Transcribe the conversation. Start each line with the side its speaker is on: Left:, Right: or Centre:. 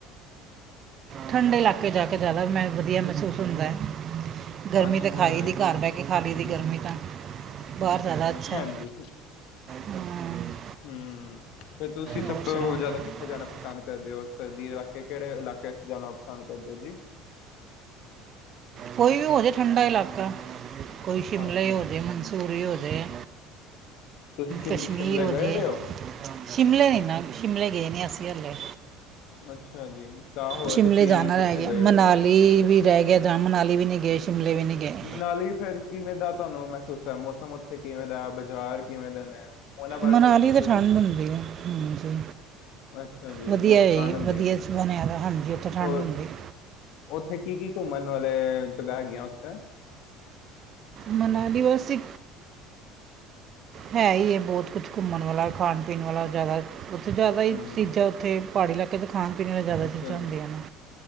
Right: ਠੰਡੇ ਇਲਾਕੇ ਜਾ ਕੇ ਜ਼ਿਆਦਾ ਮੈਂ ਵਧੀਆ ਮਹਿਸੂੱਸ ਹੁੰਦਾ ਹੈ ਗਰਮੀ
Left: ਅੱਛਾ
Right: ਤਾਂ ਖਾਈ
Left: ਜੀ
Right: ਦੀ ਘਰ ਬਹਿ ਕੇ ਖਾ ਲਈ ਦੀ
Left: ਹੂੰ
Right: ਗਰਮੀ ਤਾਂ ਬਾਹਰ ਜ਼ਿਆਦਾ ਅੱਛਾ
Left: ਹਾਂਜੀ
Right: ਹੈ ਹਾਂ,
Left: ਹਮ ਫਿਰ ਤੁਸੀਂ ਸਭ
Right: ਹੋਰ
Left: ਤੋਂ
Right: ਸੁਣਾਓ
Left: ਜ਼ਿਆਦਾ ਕਿੱਥੇ ਜਾਣਾ ਪਸੰਦ ਕਰਦੇ ਹੋ ਸਰਦੀ ਇਲਾਕੇ ਕਿਹੜੇ ਇਲਾਕੇ ' ਜਾਣਾ ਪਸੰਦ ਕਰਦੇ ਹੋ ਜੀ <unintelligible>
Right: ਕੋਈ ਵੀ ਹੋ ਜੇ ਠੰਡਾ ਇਲਾਕਾ ਕੋਈ ਸ਼ਿਮਲੇ
Left: ਅੱਛਾ
Right: ਹੋ
Left: ਜੀ
Right: ਜੇ ਮਨਸੂਰੀ ਹੋ ਜਾ ਹ
Left: ਤੁਸੀਂ ਸ਼ਿਮ
Right: ਕਸ਼ਮੀਰ
Left: ਸ਼ਿਮਲੇ
Right: ਵਧੀਆ
Left: ਗਏ ਦੇ ਹੋ
Right: ਸ਼ਿਮਲੇ ਨੇ ਨਾ ਸ਼ਿਮਲੇ ਗਏ ਨੇ ਅਸੀਂ ਹੱਲੇ
Left: ਅੱਛਾ ਜੀ ਤਾਂ ਹੋਰ
Right: ਸ਼ਿਮਲੇ
Left: ਤੁਸੀਂ
Right: ਜਾਣਾ
Left: ਕਿੱਥੇ
Right: ਰਹਿ ਗਿਆ
Left: ਗਏ ਹੋ
Right: ਮਨਾਲੀ
Left: ਜੀ
Right: ਵੀ ਰਹਿ ਗਿਆ ਜਾਂ ਮਨਾਲੀ ਵੀ ਨਹੀਂ ਗਏ ਸ਼ਿਮਲੇ ਵੀ ਨਹੀਂ ਗਏ
Left: ਮਨਾਲੀ ਫਿਰ ਕਿਵੇਂ ਦਾ ਤੁਹਾਨੂੰ ਮਹਿਸੂਸ ਹੈ ਮੌਸਮ ਉੱਥੇ ਕਿਵੇਂ ਦਾ ਬਾਜ਼ਾਰ ਕਿਵੇਂ ਦੇ ਨੇ ਉਹਨਾਂ ਬਾਰੇ
Right: ਮਨਾਲੀ
Left: ਥੋੜਾ ਦੱਸੋ
Right: ਤਾਂ ਠੰਢ
Left: ਜੀ
Right: ਹੁੰਦੀ ਹਾਂਜੀ
Left: ਅੱਛਾ ਜੀ
Right: ਵਧੀਆ
Left: ਮੌ-
Right: ਹੈ
Left: ਠੰਡ
Right: ਜੀ
Left: ਹੁੰਦੀ
Right: ਵਧੀਆ
Left: ਹੈ
Right: ਬਣਿਆ ਤਾਂ ਹਾਂਜੀ ਉੱਥੇ ਠੰਡ
Left: ਹੋਰ
Right: ਹੁੰਦੀ ਹੈ
Left: ਉੱਥੇ ਕੀ ਕੀ ਘੁੰਮਣ ਵਾਲੇ ਜਗ੍ਹਾ ਹੈਗੀਆਂ ਉੱਥੇ
Right: ਮਨਾਲੀ ਵੇਸੇ ਹੈ ਹੀ ਹੈ ਬਹੁਤ ਕੁਛ ਘੁੰਮਣ ਵਾਲਾ ਖਾਣ ਪੀਣ ਵਾਲਾ ਜ਼ਿਆਦਾ ਉੱਥੇ ਜ਼ਿਆਦਾ ਹੀ
Left: ਹੂੰ
Right: ਚੀਜ਼ਾਂ ਉੱਥੇ ਪਹਾੜੀ ਇਲਾਕੇ ਦੇ ਖਾਣ ਪੀਣ ਨਾਲ ਜ਼ਿਆਦਾ
Left: ਅੱਛਾ
Right: ਚੀਜ਼ਾਂ ਹੁੰਦੀਆਂ
Left: ਜੀ
Right: ਨੇ